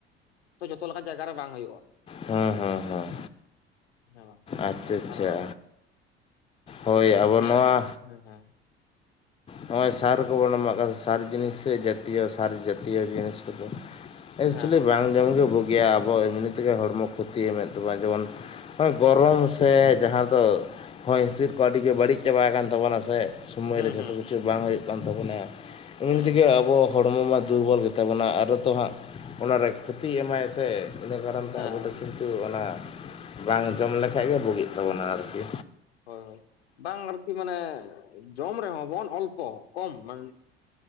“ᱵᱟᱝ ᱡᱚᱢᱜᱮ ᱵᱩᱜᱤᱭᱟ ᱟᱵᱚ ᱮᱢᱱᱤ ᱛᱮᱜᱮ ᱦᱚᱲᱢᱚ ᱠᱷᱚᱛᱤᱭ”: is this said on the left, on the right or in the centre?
Left